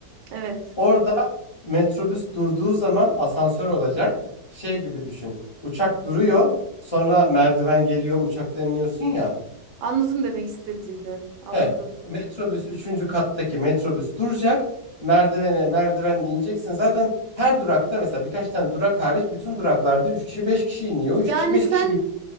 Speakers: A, on the right (about 80°); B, on the left (about 35°).
A: evet.
B: Orada metrobüs durduğu zaman asansör olacak. Şey gibi düşün. Uçak duruyor. Sonra merdiven geliyor uçaktan iniyorsun ya.
A: Anladım demek istediğini. Anladım.
B: He. Metrobüs üçüncü kattaki metrobüs duracak. Merdivene merdivenle ineceksin. Zaten her durakta mesela birkaç tane durak hariç bütün duraklarda 3 kişi 5 kişi iniyor. üç
A: Yani
B: kişi 5
A: sen
B: kişi